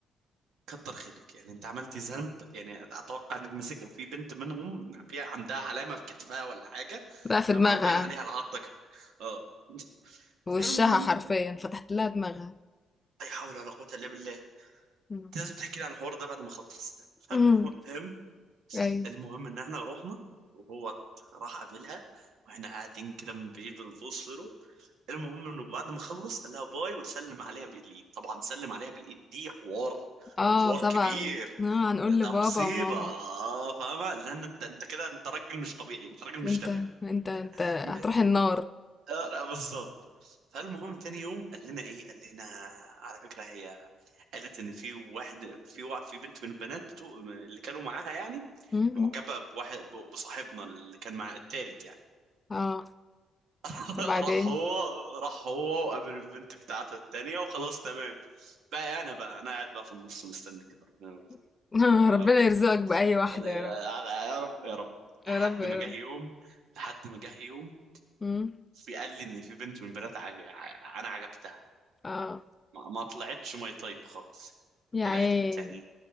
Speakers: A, on the right; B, on the left.
A: كتر خيرك يعني انت عملتي ذنب يعني اتوقع انك مسك في بنت منهم فيها عندها علامه في كتفها ولا حاجه
B: بقى في
A: لما
B: دماغها
A: باين عليها العضه كده. اه <laughs>
B: في وشها
A: فالمهم
B: حرفيا فتحت لها دماغها
A: لا حول ولا قوه الا بالله انت
B: مم.
A: لازم تحكي لي عن الحوار ده بعد ما اخلص <laughs> فالمهم
B: <laughs> مم. ايوه
A: المهم ان احنا رحنا وهو راح قابلها واحنا قاعدين كده من بعيد بنبص المهم انه بعد ما خلص قال لها باي وسلم عليها بالايد طبعا سلم عليها بالايد دي حوار
B: اه
A: حوار
B: طبعا
A: كبير
B: آه هنقول
A: ده
B: لبابا
A: مصيبة
B: وماما
A: آه، فاهمة لأن أنت أنت كده أنت راجل مش طبيعي أنت راجل مش
B: انت
A: تمام
B: انت انت هتروح
A: م-
B: النار
A: آه، لا، بالظبط فالمهم تاني يوم قال لنا إيه قال لنا على فكرة هي قالت إن في واحد في وا- في بنت من البنات بتوع اللي كانوا معاها يعني
B: مم.
A: معجبة بواحد ب- بصاحبنا اللي كان مع التالت يعني
B: اه
A: <laughs>
B: وبعدين
A: راح هو راح هو وقابل البنت بتاعته التانية وخلاص تمام بقى أنا بقى أنا قاعد بقى في النص مستني كده ربنا يرزقنا.
B: <laughs> آه ربنا
A: يا رب
B: يرزقك بأي واحدة
A: أنا-
B: يا رب
A: يا رب يا رب لحد
B: يا رب يا
A: ما جه
B: رب
A: يوم لحد ما جه يوم
B: مم.
A: في قال لي ان في بنت من بنات عج... ع- انا عجبتها
B: اه
A: ما, ما طلعتش ماي طيب خالص
B: يا
A: طلعت
B: عيني
A: يعني